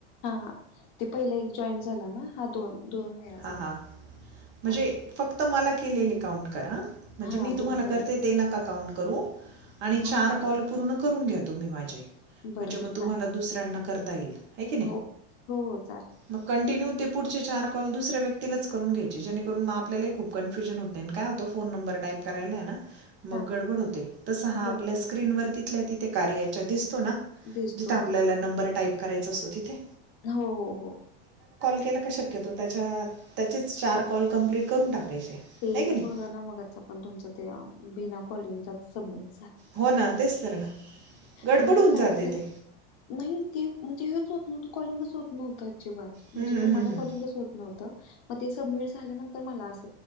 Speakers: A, on the left (about 50°); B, on the right (about 40°).
A: हा, ते पहिलं एक जॉईंट झाला ना हा दोन. दोन वेळा झाला
B: हा हा, म्हणजे
A: हा
B: फक्त मला काउं करा म्हणजे मी
A: हा
B: तुम्हाला
A: दोन झाले
B: कर काउं करू आणि चार
A: हा
B: कॉल
A: बर
B: पूर्ण करून घ्या तुम्ही माझे
A: बर
B: ण
A: बर
B: तुमला
A: चालेल
B: दता ये
A: ओके हो हो चालेल
B: म कंट्य ते पुढचे चार कॉल दुसऱ्या व्यक्तीलाच करून घ्यायचे जेणेकरून म आपल्याला खूप कन्फ्युजन होते आणि कायतं फोन नंबर टाईप करायला आहे ना. मग
A: हा
B: गडबड होते तस हा आपल्या
A: गडबड
B: स्क्रीनवर
A: होते
B: तिथल्या तिथे कार्याच्या दिस होतोणा
A: दिसतो
B: जीत आपल्याला
A: होय
B: नबर टाईप कराय असतो तिथे.
A: हो, हो.
B: केल का शक्यतो त्याच्या त्याच चार कॉल कंप्लीट करून टाकायचे.
A: ते
B: आहे की
A: एक
B: नाही
A: बघा ना मगच आ पण तुमच ते बिना कॉलिंगचा सबमिट
B: हो ना. तेच तर ना गडबड
A: आणि
B: होऊन
A: ते काय
B: जाते
A: होतय,
B: ते
A: नाही ते म्हणजे हेच कॉलिंगच होत नव्हतं आजीबात म्हणजे
B: हं, हं,
A: तुम्हाला
B: हं, हं.
A: कॉलिंगच होत नव्हत. म ते सबमिट झाल्यानंतर मला अस